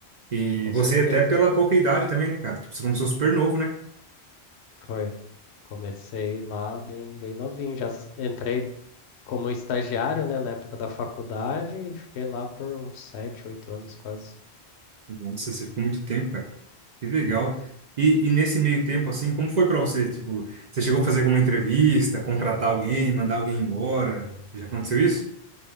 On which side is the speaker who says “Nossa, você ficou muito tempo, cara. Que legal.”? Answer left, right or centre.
Right